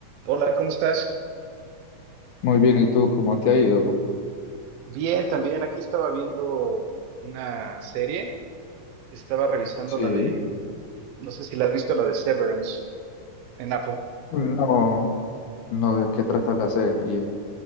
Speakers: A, on the right; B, on the left.
A: Hola, ¿cómo estás?
B: Muy bien, ¿y tú cómo te ha ido?
A: Bien, también aquí estaba viendo una serie, estaba revisando
B: Sí,
A: la de, no sé si la has visto, la de Severance en Apple.
B: no, no, ¿de qué trata la serie?